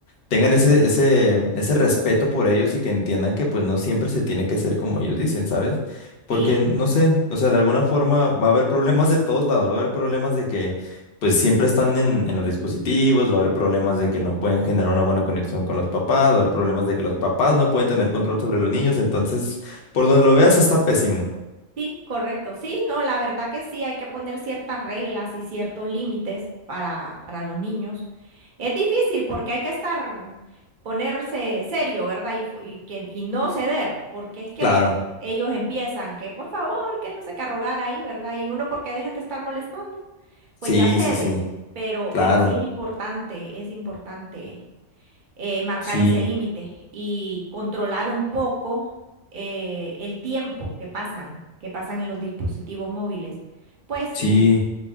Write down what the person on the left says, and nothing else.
tengan ese, ese, ese respeto por ellos y que entiendan que pues no siempre se tiene que ser como ellos dicen, ¿sabes? Porque
no sé, o sea, de alguna forma va a haber problemas de todos lados, va a haber problemas de que pues siempre están en, en los dispositivos, va a haber problemas de que no pueden generar una buena conexión con los papás, va a haber problemas de que los papás no pueden tener control sobre los niños, entonces, por donde lo veas está pésimo.
Claro,
sí,
sí, sí,
claro,
sí,
sí,